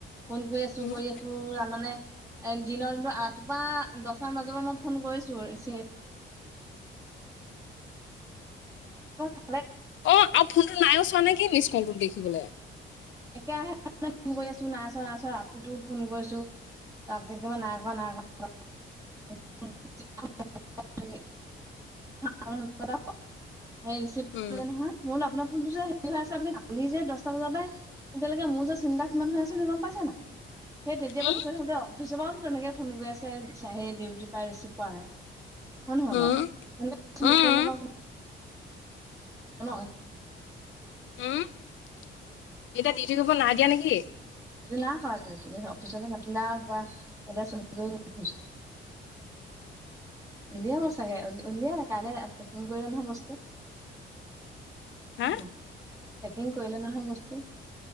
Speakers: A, on the right; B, on the left.
A: ফোন কৰি আছো
B: উম।
A: কৰি আছো জানানে এ দিনৰ দিনটো ৰাতিপুৱা দহটা মান বজাৰ পৰা মই ফোন কৰিছো নিতিয় <unintelligible>
B: অ আৰু ফোনটো নায়ো চোৱা নে কি মিচ কলটো দেখিবলৈ
A: একে ৰাহে ফোন কৰি আছো নাই ছোৱা নাই ছোৱা ৰাতিটো ফোন কৰিছো ৰাতি একেবাৰে নাই কৰা নাই কৰা <unintelligible> হে ৰিচিভ কৰিলে
B: উম
A: নহয় মই বোলো আপোনাক ফোনতো যে হেৰি হৈ আছে আপুনি কালি যে দহটা বজাৰ পই তেতিয়ালৈকে মোৰ যে চিন্তা কিমান হৈ আছে সেই গম পাইছে নাই সেই তেতিয়াৰ
B: উম
A: পৰা কৈ থাকোতে অফিচৰ পৰাওতো তেনেকে ফোন কৰি আছে সেই ডিউটি পাই ৰিচিভ কৰা নাই হয় নহয়
B: উম
A: বাৰু সেনেকে ৰিচিভ
B: উম।
A: নকৰিলে বাৰু ন
B: উম এতিয়া দিউতি কৰিব নাই দিয়া নেকি
A: আজি নাই কৰা দিউতি অফিচলে মাতিলে কিবা এতিযা চহি উলিয়াব চাগে উলিয়ালে কালি পেকিং কৰিলে নহয় বস্তু
B: হা
A: হ পেকিং কৰিলে নহয় বস্তু